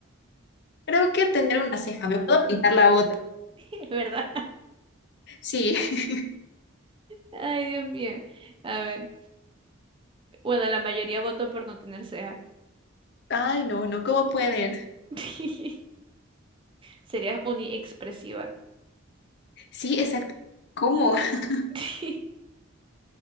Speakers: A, on the left; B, on the right.
A: creo que tener una ceja, me puedo pintar la otra.
B: <laughs> Es verdad.
A: Sí. <laughs>
B: Ay, Dios mío. A ver, bueno, la mayoría votó por no tener ceja.
A: Ay, no, no, ¿cómo pueden?
B: <laughs> Serías uniexpresiva.
A: Sí, exacto. ¿Cómo? <laughs>
B: <laughs>